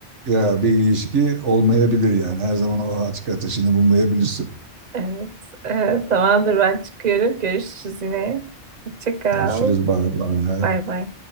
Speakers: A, on the right (about 75°); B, on the right (about 40°).
A: Ya bir ilişki olmayabilir yani. Her zaman o aşk ateşini bulmayabilirsin.
B: Evet, evet, tamamdır ben çıkıyorum. Görüşürüz yine. Hoşça kal.
A: Görüşürüz. Bay bay.
B: Bay bay.